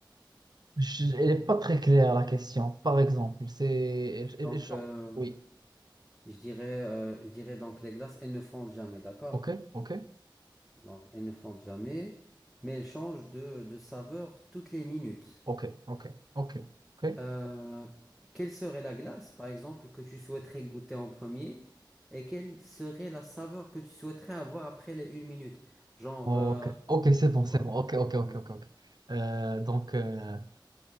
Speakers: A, on the right; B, in the centre.
A: Je- elle n'est pas très claire la question. Par exemple, c'est, elle, elle-
B: Donc,
A: elle change.
B: euh,
A: Oui.
B: je dirais, euh, je dirais donc les glaces, elles ne fondent jamais, d'accord?
A: Ok, ok,
B: Donc, elles ne fondent jamais, mais elles changent de, de saveur toutes les minutes.
A: ok, ok, ok, ok,
B: Euh, quelle serait la glace, par exemple, que tu souhaiterais goûter en premier? Et quelle serait la saveur que tu souhaiterais avoir après les une minute? Genre,
A: ok,
B: euh,
A: ok, c'est bon,
B: tu
A: c'est
B: vois?
A: bon. Ok, ok, ok,
B: Ouais.
A: ok, ok. Euh, donc, euh,